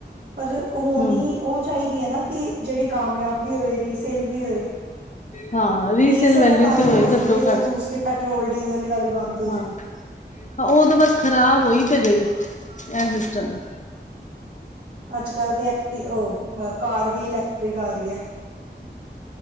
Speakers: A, on the right; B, on the left.
A: ਪਰ ਹੋਣੀ
B: ਹਮ
A: ਓਹ ਚਾਹੀਦੀ, ਐ ਨਾ ਕਿ ਜੇੜੀ ਕਾਮਯਾਬ ਵੀ ਹੋਏ, ਰੀਸੇਲ ਵੀ ਹੋਏ।
B: ਹਾਂ
A: ਰੀਸੇਲ
B: ਵੈਲਿਊ
A: ਹੈ ਤਾਂਹੀ
B: ਤੇ ਹੋਏ
A: ਹੋ ਸਕਦੀ
B: ਘੱਟੋ
A: ਹੈ ਜੇ
B: ਘੱਟ
A: ਦੂਸਰੀ ਪੈਟਰੋਲ ਡੀਜ਼ਲ ਵਾਲੀ ਬੰਦ ਹੋ
B: ਹਾਂ
A: ਜੇ
B: ਔ ਤੇ ਬਸ ਖ਼ਰਾਬ ਹੋਈ ਤੇ ਗਈ ਐਹ ਸਿਸਟਮ ਏ‌‌।
A: ਅੱਜ-ਕੱਲ ਤੇ ਐਕਟੀ ਓਹ ਬਾ ਕਾਰ ਵੀ ਇਲੈਕਟ੍ਰਿਕ ਆ ਰੀ ਐ।